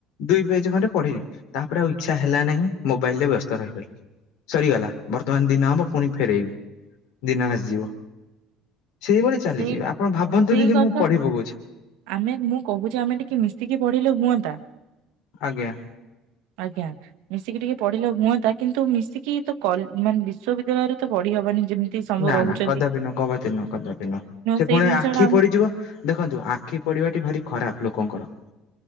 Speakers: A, on the left; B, on the right.
A: ଦୁଇ ପେଜ ଖଣ୍ଡେ ପଢିଲି ତାପରେ ଆଉ ଇଚ୍ଛା ହେଲା ନାହିଁ ମୋବାଇଲ ରେ ବ୍ୟସ୍ତ ରହିଗଲି। ସରିଗଲା ବର୍ତ୍ତମାନ ଦିନ ହବ ପୁଣି ଫେରାଇବି ଦିନ ଆସିଯିବ ସେଇଭଳି ଚାଲିଯିବ
B: ସେଇ
A: ଆପଣ ଭାବନ୍ତୁନି
B: ସେଇ
A: ଯେ
B: କଥା
A: ମୁଁ ପଢିି ପକଉଛି।
B: ଆମେ ମୁଁ କହୁଛି ଆମେ ଟିକେ ମିଶିକି ପଢିଲେ ହୁଅନ୍ତା।
A: ଆଜ୍ଞା।
B: ଆଜ୍ଞା। ମିଶିକି ଟିକେ ପଢିଲେ ହୁଅନ୍ତା କିନ୍ତୁ ମିଶିକି ତ କଲ୍ ମାନେ ବିଶ୍ୱବିଦ୍ୟାଳୟରେ ତ ପଢି ହବନି ଯେମିତି ସବୁ
A: ନା
B: ରହୁଛନ୍ତି
A: ନା କଦାପି ନୁହ କଭାତି ନୁହଁ କଦାପି ନୁହଁ ସେ
B: ସେଇ
A: ପୁଣି
B: ଜିନିଷ
A: ଆଖି
B: ଟା ଆମକୁ
A: ପଡିଯିବ। ଦେଖନ୍ତୁ ଆଖି ପଡିବାଟି ଭାରି ଖରାପ ଲୋକଙ୍କର